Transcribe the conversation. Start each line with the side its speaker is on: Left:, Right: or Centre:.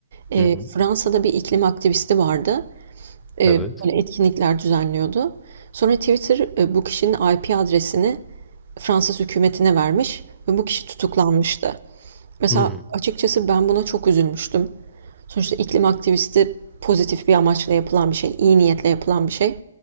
Right: Ee,
Centre: Hı hı.
Right: Fransa'da bir iklim aktivisti vardı. Ee,
Centre: Evet.
Right: böyle etkinlikler düzenliyordu. Sonra Twitter e, bu kişinin IP adresini Fransız hükümetine vermiş ve bu kişi tutuklanmıştı. Mesela
Centre: Hı
Right: açıkçası ben buna çok üzülmüştüm. Sonuçta iklim aktivisti pozitif bir amaçla yapılan bir şey, iyi niyetle yapılan bir şey.